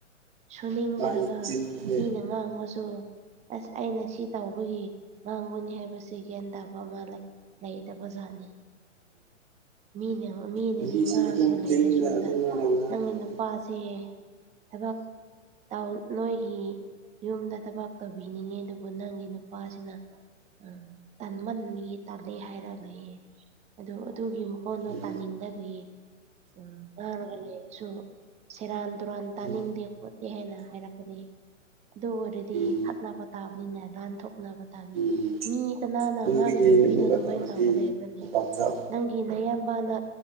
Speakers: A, on the right; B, on the right.
A: ꯁꯨꯅꯤꯡꯗ꯭ꯔꯒ
B: ꯃꯥꯒꯤ ꯆꯤꯟꯁꯦ
A: ꯃꯤꯅ ꯉꯥꯡꯕꯁꯨ ꯑꯁ ꯑꯩꯅ ꯁꯤ ꯇꯧꯕꯒꯤ ꯉꯥꯡꯕꯅꯤ ꯍꯥꯏꯕꯁꯤ ꯒ꯭ꯌꯥꯟ ꯇꯥꯕ ꯑꯃ ꯂꯩ ꯂꯩꯇꯕꯖꯥꯠꯅꯤ ꯃꯤꯅ ꯃꯤꯅꯗꯤ
B: ꯅꯨꯄꯤꯁꯤꯡꯗꯤ
A: ꯉꯥꯡꯉꯒ
B: ꯑꯗꯨꯝ
A: ꯂꯩꯌꯦ
B: ꯆꯤꯟꯗ
A: ꯑꯁꯣꯝꯗ
B: ꯑꯗꯨꯝ ꯃꯥꯅ ꯉꯥꯡꯉ
A: ꯅꯪꯅꯅꯨ ꯅꯨꯄꯥꯁꯦ ꯊꯕꯛ ꯇ ꯅꯣꯏꯒꯤ ꯌꯨꯝꯗ ꯊꯕꯛ ꯇꯧꯕꯤꯅꯤꯡꯉꯦ ꯑꯗꯨꯕꯨ ꯅꯪꯒꯤ ꯅꯨꯄꯥꯁꯤꯅ ꯎꯝ ꯇꯟꯃꯟꯕꯒꯤ ꯇꯜꯂꯦ ꯍꯥꯏꯔꯝꯃꯦꯌꯦ ꯑꯗꯨ ꯑꯗꯨꯒꯤ ꯃꯈꯣꯟꯗꯣ
B: ꯂꯩ
A: ꯇꯥꯅꯤꯡꯗꯕꯒꯤ ꯎꯪ ꯉꯥꯡꯔꯒ ꯂꯩꯔꯁꯨ ꯁꯦꯔꯥꯟ ꯇꯨꯔꯥꯟ ꯇꯥꯅꯤꯡꯗꯦ
B: ꯎꯝ
A: ꯈꯣꯠꯇꯦ ꯍꯥꯏꯅ ꯍꯥꯏꯔꯛꯀꯅꯤ ꯑꯗꯨ ꯑꯣꯏꯔꯗꯤ
B: ꯎꯝ
A: ꯈꯠꯅꯕ ꯇꯥꯕꯅꯤꯅꯦ ꯂꯥꯟꯊꯣꯛꯅꯕ ꯇꯥꯕꯅꯤ
B: ꯎꯝ
A: ꯃꯤ ꯀꯅꯥꯅ
B: ꯑꯗꯨꯗꯒꯤ
A: ꯃꯥꯒꯤ ꯅꯨꯄꯤꯗꯣ
B: ꯑꯃꯨꯛꯀ
A: ꯑꯗꯨꯃꯥꯏꯅ
B: ꯇꯧꯔꯗꯤ
A: ꯇꯧꯕ ꯂꯩꯕ꯭ꯔꯅꯦ
B: ꯈꯨꯄꯥꯛ ꯆꯥꯕ
A: ꯅꯪ ꯒꯤ ꯅꯌꯥꯝꯕꯅ